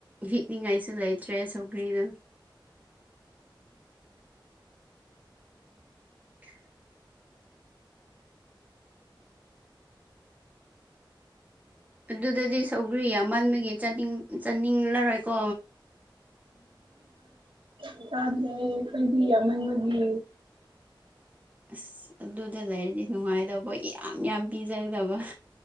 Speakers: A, on the right (about 20°); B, on the right (about 80°).
A: ꯍꯤꯛꯅꯤꯡꯉꯥꯏꯁꯨ ꯂꯩꯇ꯭ꯔꯦ ꯁꯧꯒ꯭ꯔꯤꯗ <unintelligible> ꯑꯗꯨꯗꯗꯤ ꯁꯧꯒ꯭ꯔꯤ ꯌꯥꯝ ꯃꯟꯕꯒꯤꯅꯤꯡ ꯆꯥꯅꯤꯡꯂꯔꯣꯏꯀꯣ
B: ꯑ ꯆꯥꯗꯦ ꯑꯩꯈꯣꯏꯗꯤ ꯌꯥꯝꯃꯟꯕꯒꯤ
A: ꯑꯁ ꯑꯗꯨꯗ ꯂꯩꯔꯗꯤ ꯅꯨꯡꯉꯥꯏꯇꯕ ꯌꯥꯝ ꯌꯥꯝ ꯄꯤꯖꯒꯗꯕ